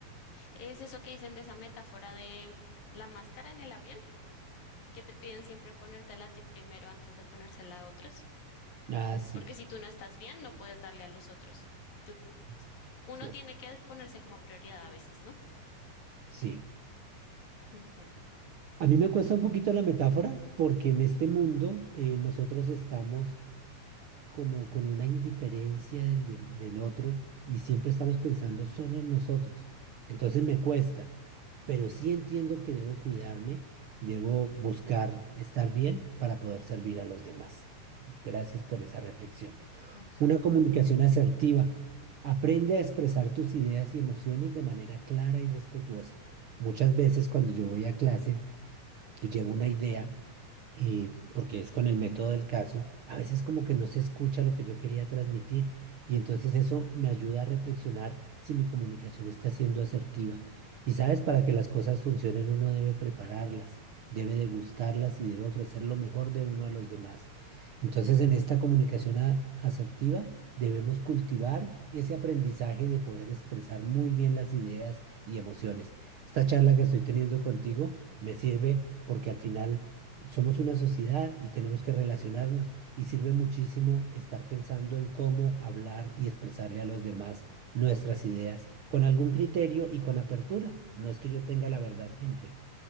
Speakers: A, on the left (about 80°); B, on the right (about 60°).
A: Es eso que dicen de esa metáfora de la máscara en el avión, que te piden siempre ponértela a ti primero antes de ponérsela a otros,
B: Ah, sí,
A: porque si tú no estás bien, no puedes darle a los otros. Tú-
B: es
A: uno
B: cierto,
A: tiene que ponerse como prioridad a veces, ¿no?
B: sí.
A: Ujú,
B: A mí me cuesta un poquito la metáfora porque en este mundo eh, nosotros estamos como con una indiferencia del, de- del otro y siempre estamos pensando solo en nosotros. Entonces me cuesta, pero sí entiendo que debo cuidarme, debo buscar estar bien para poder servir a los demás. Gracias por esa reflexión.
A: ujú,
B: Una comunicación asertiva. Aprende a expresar tus ideas y emociones de manera clara y respetuosa. Muchas veces cuando yo voy a clase y llevo una idea, eh, porque es con el método del caso, a veces como que no se escucha lo que yo quería transmitir y entonces eso me ayuda a reflexionar si mi comunicación está siendo asertiva. Y sabes, para que las cosas funcionen uno debe prepararlas, debe degustarlas y debe ofrecer lo mejor de uno a los demás. Entonces en esta comunicación a- asertiva debemos cultivar ese aprendizaje de poder expresar muy bien las ideas y emociones. Esta charla que estoy teniendo contigo me sirve porque al final somos una sociedad y tenemos que relacionarnos y sirve muchísimo estar pensando en cómo hablar y expresarle a los demás nuestras ideas con algún criterio y con apertura. No es que yo tenga la
A: ujú.
B: verdad siempre.